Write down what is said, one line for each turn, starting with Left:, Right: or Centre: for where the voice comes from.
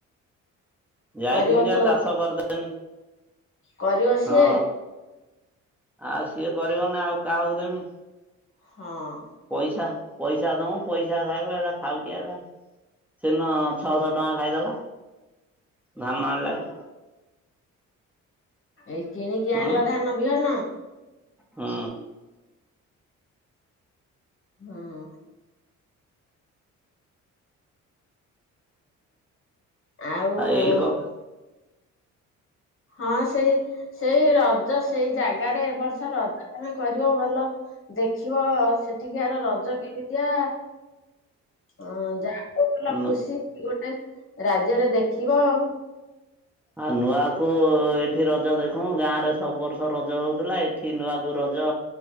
Centre: ଯାଇଥିନି
Left: କରିବ
Centre: ଯା
Left: ତ
Centre: ଚାଷ କରିଦେନି
Left: କରିବ ସିଏ
Centre: ହଁ। ଆଉ ସିଏ କରିବ ନା ଆଉ କାହାକୁ ଦେମି।
Left: ହଁ।
Centre: ପଇସା ପଇସା ଦୋମୁ ପଇସା ଖାଇବ ଏଇଟା ଖାଉଟିଆଟା। ସେଦିନ ଛଅଶହ ଟଙ୍କା ଖାଇଦେଲା ଧାନ ଆଣିଲାଯେ।
Left: ଏଇ କିଣିକି
Centre: ହୁଁ
Left: ଆଣିଲ ଧାନ ବିହନ।
Centre: ହୁଁ।
Left: ହୁଁ। ଆଉ ମୁଁ
Centre: ଏଇ କଥା
Left: ହଁ ସେଇ ସେଇ ରଜ ସେଇ ଜାଗାରେ ଏବ ବର୍ଷ ରଜ ତମେ କରିବ ଭଲ। ଦେଖିବ ସେଠିକିଆର ରଜ କେମିତିଆ। ହଁ ଯା <unintelligible>
Centre: ନୁ
Left: ଖୁସି ଗୋଟେ ରାଜ୍ୟରେ ଦେଖିବ ଆଉ।
Centre: ଆ ନୂଆକୁ ଏଠି ରଜ ଦେଖୁ ଗାଁ ରେ ସବୁ ବର୍ଷ ରଜ ହଉଥିଲା ଏଠି ନୂଆ କୁ ରଜ